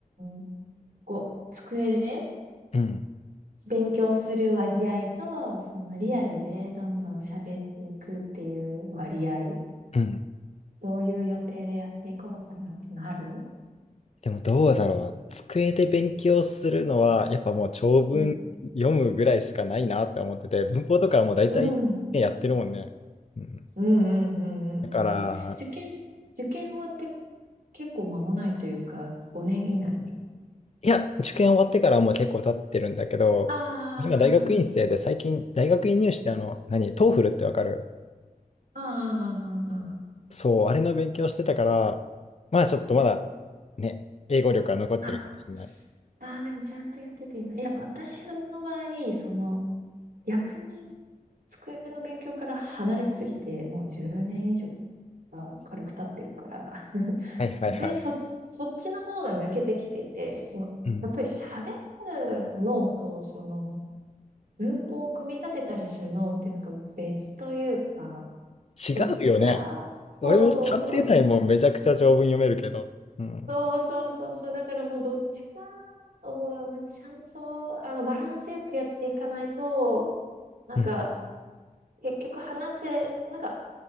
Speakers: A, on the right (about 85°); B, on the left (about 45°).
A: ん、こう、机で
B: うん。
A: 勉強する割合と、そのリアルでどんどん喋っていくっていう割合、
B: うん。
A: どういう予定でやっていこうかなってのある
B: でもどうだろう。机で勉強するのは、やっぱもう長文読むぐらいしかないなって思ってて、
A: うん、
B: 文法とかはもう大体、
A: うん、
B: ね、やってるもんね。うん、
A: うん、うん、うん、うん。
B: だから、
A: うんで、受験、受験終わって結構間もないというか、5年以内。
B: いや、受験終わってからもう結構経ってるんだけど、
A: ああ、
B: 今大学院生で最近、大学院入試ってあの、何、トーフルってわかる
A: ああ、ああ、あ
B: そう、あれの勉強してたから、まあちょっとまだね、英語力は残ってるかもしれない。
A: あ。ああ、でもちゃんとやってて今。いや、私の場合、その、逆に机の勉強から離れすぎて、もう10年以上が軽く経ってるから、<laughs>
B: はいはいはい。
A: 逆にそっち、そっちの方が抜けてきていて、そのやっぱり喋
B: うん
A: る脳と、その、文法を組み立てたりする脳っていうのが別というか、
B: 違うよね。
A: どっちか、そうそうそう、
B: 俺も喋れないもん、めちゃくちゃ長文読めるけど。うん。
A: そうそうそう、そう、だからもうどっちかを、ちゃんと、あの、バランスよくやっていかないと、なんか、
B: うん、
A: 結局話せ、なんか、